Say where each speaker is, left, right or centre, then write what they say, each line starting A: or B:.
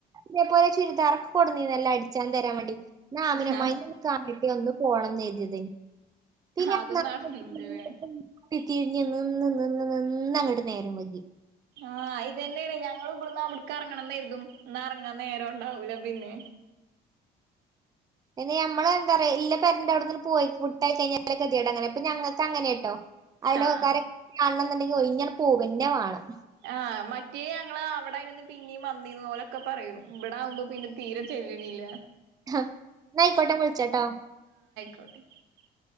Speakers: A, on the right; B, on the right.
A: തെ പോലെ ചുരിദാർ കൊട്ന്നീന്നല്ല അടിച്ചാൻ തരാൻ വേണ്ടി ന്നാമിനമ്മായിനൊന്ന്
B: ആ
A: കാണട്ടേ ഒന്ന് പോണം ന്നെര്തിയതേനി പിന്നെ
B: അതും
A: ന്നാ
B: നടന്നൂലല്ലേ
A: ന്നാ തിരിഞ് നിന്ന് നിന്ന് നിന്ന് ന്നങ്ങട്ട് നേരം വകി
B: ആഹ് ഇതന്നേണ് ഞങ്ങൾ ഇവിടന്ന് അവിടക്ക് ഇറങ്ങണംന്നെര്തും എന്ന ഇറങ്ങാൻ നേരം ഉണ്ടാവൂല പിന്നെ
A: പിന്ന നമ്മളെന്തറിയോ ഇല്ല അയിൻ പെരൻ്റെവിടന്ന്ങ്ങട് പോയി ഫുട്ടായി കഴിഞ്ഞാെതിട അങ്ങനെപ്പ ഞങ്ങക്ക ങ്ങനേട്ടോ അയലാേക്കെക്കാരൊക്കെ
B: ആഹ്
A: കാണണന്ന്ണ്ടെങ്കി ഒയ്ഞ്ഞാണ്ട് പോവന്നേ വാണം
B: ആഹ് മറ്റേ ഞങ്ങള് അവിടെര്ന്ന് പിന്നേം വന്നീന്ന് ഓലൊക്കെ പറയും ഇവിടെ ആകുമ്പോ പിന്നെ തീരെ ചെല്ലണില്ല
A: ഹാ ന്നായ്ക്കോട്ടെ വിള്ച്ചട്ടാ
B: <unintelligible>